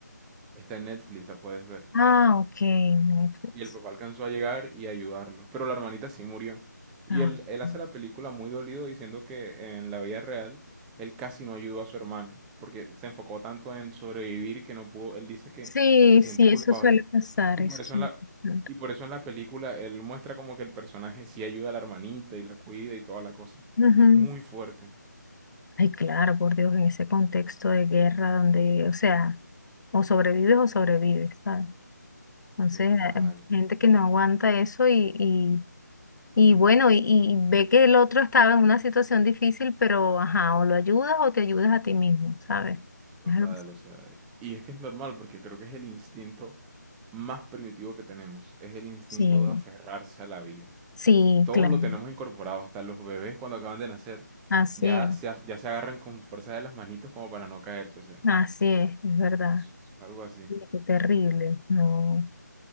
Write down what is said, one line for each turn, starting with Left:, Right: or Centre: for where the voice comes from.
Centre: Está en Netflix, la puedes ver.
Left: Ah, ok, Netflix.
Centre: Y el papá alcanzó a llegar y a ayudarlo, pero la hermanita sí murió. Y
Left: Ah,
Centre: él, él hace
Left: ok.
Centre: la película muy dolido diciendo que en la vida real él casi no ayudó a su hermana, porque se enfocó tanto en sobrevivir que no pudo, él dice que
Left: sí,
Centre: se siente
Left: sí,
Centre: culpable
Left: eso suele pasar,
Centre: Y
Left: eso
Centre: por eso
Left: suele
Centre: en la,
Left: pasar.
Centre: y por eso en la película él muestra como que el personaje sí ayuda a la hermanita y la cuida y toda la cosa.
Left: Ujú.
Centre: Pero es muy fuerte.
Left: Ay, claro, por Dios, en ese contexto de guerra donde, o sea, o sobrevives o sobrevives, ¿sabes? Entonces,
Centre: Total,
Left: hay mucha gente que no aguanta eso y, Y bueno, y, y ve que el otro estaba en una situación difícil, pero ajá, o lo ayudas o te ayudas a ti mismo, ¿sabes?
Centre: total,
Left: Es algo así.
Centre: o sea. Y es que es normal porque creo que es el instinto más primitivo que tenemos. Es el instinto
Left: Sí,
Centre: de aferrarse a la vida.
Left: sí,
Centre: Todos
Left: claro.
Centre: lo tenemos incorporado, hasta los bebés cuando acaban de nacer
Left: Así
Centre: ya
Left: es,
Centre: se, af- ya se agarran con fuerza de las manitos como para no caerse, o sea.
Left: así es, es verdad.
Centre: Eso, eso es algo así.
Left: Sí, Qué terrible, no.